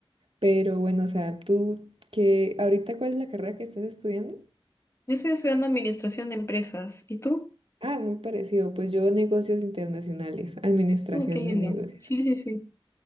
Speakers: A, on the right (about 65°); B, on the left (about 30°).
A: Pero bueno, o sea, tú que ahorita ¿cuál es la carrera que estás estudiando?
B: Yo estoy estudiando administración de empresas. ¿Y tú?
A: Ah, muy parecido. Pues yo negocios internacionales, administración
B: Oh, qué lindo.
A: de negocios.
B: Sí, sí, sí.